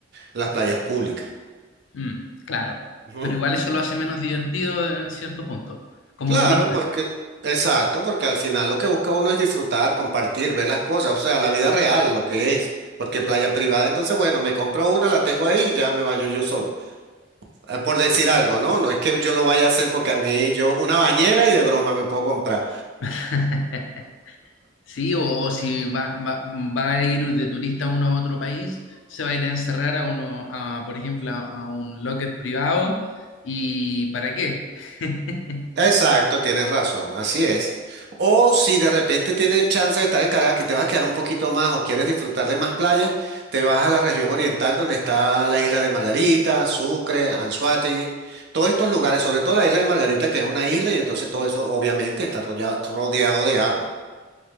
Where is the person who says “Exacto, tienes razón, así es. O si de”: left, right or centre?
Right